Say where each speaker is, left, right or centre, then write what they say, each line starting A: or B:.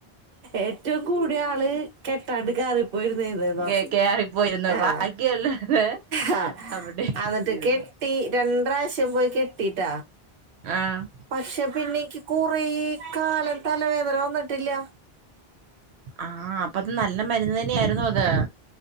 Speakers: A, on the right; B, on the right.
A: ഏറ്റവും കൂടിയ ആള് കെട്ടാണ്ട് കയറിപ്പോയിരുന്നന്ന്ന്ന് പറഞ്ഞു.
B: കേ കേറിപ്പോയിരുന്നു
A: ആഹ്
B: ബാക്കിയുള്ളത്
A: ആഹ്
B: അവിടെ ഇരുന്നിരുന്നു
A: എന്നിട്ട് കെട്ടി രണ്ടാശ്യം പോയി കെ ട്ടിട്ട
B: ആഹ്
A: പക്ഷെ പിന്നെക്ക് കുറെ കാലം തലവേദന വന്നിട്ടില്ല.
B: ആഹ് അപ്പ അത് നല്ല മരുന്ന് തന്നെയ ആയിരുന്നു അത്